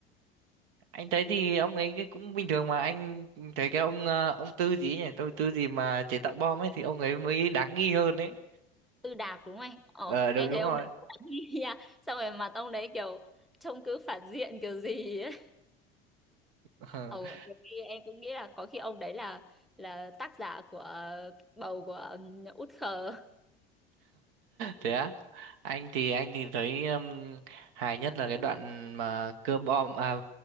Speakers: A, on the right; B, in the centre.
A: Anh thấy thì ông ấy cái cũng bình thường mà anh thấy cái ông ờ, ông Tư gì ấy nhỉ, tôi Tư gì mà chế tạo bom ấy thì ông ấy mới đáng nghi hơn ấy.
B: Tư Đạp đúng không anh? Ồ,
A: Ờ đúng
B: em
A: đúng
B: thấy ông
A: rồi.
B: đấy cũng đáng nghi nha. Xong rồi mặt ông đấy kiểu trông cứ phản diện kiểu gì ấy.
A: <laughs>
B: Ồ, nhiều khi em cũng nghĩ là có khi ông đấy là là tác giả của ờ, bầu của um, Út Khờ.
A: Thế á? Anh thì anh thì thấy um, hài nhất là cái đoạn mà cưa bom à